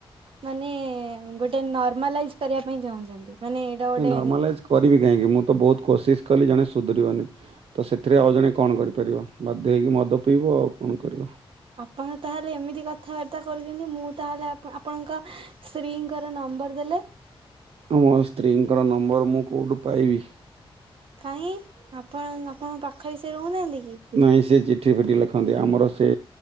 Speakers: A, on the right; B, on the right.
A: ମାନେ ଗୋଟେ ନର୍ମାଲାଇଜ କରିବା ପାଇଁ ଚାହୁଁଛନ୍ତି। ମାନେ ଗୋଟେ
B: ନାଇ ନର୍ମାଲାଇଜ୍ କରିବି କାହିଁକି ମୁଁ ତ ବହୁତ କୋସିସ କଲି ଜଣେ ସୁଧୁରିବନି। ତ ସେଥିରେ ଆଉ ଜଣେ କଣ କରିପାରିବ। ବାଧ୍ୟ ହେଇକି ମଦ ପିଇବ ଆଉ କଣ କରିବ।
A: ଆପଣ ତାହେଲେ ଏମିତି କଥାବାର୍ତ୍ତା କରୁଛନ୍ତି। ମୁଁ ତାହେଲେ ଆପ ଆପଣଙ୍କ ସ୍ତ୍ରୀଙ୍କର ନମ୍ବର ଦେଲେ
B: ମୁଁ ମୋ ସ୍ତ୍ରୀଙ୍କର ନମ୍ବର ମୁଁ କୋଉଠୁ ପାଇବି।
A: କାହିଁ ଆପଣ ଆପଣଙ୍କ ପାଖରେ ସେ ରହୁନାହାନ୍ତି କି?
B: ନାଇଁ ସେ ଯି ଚିଠି ଫିଠ ଲେଖନ୍ତି। ଆମର ସେ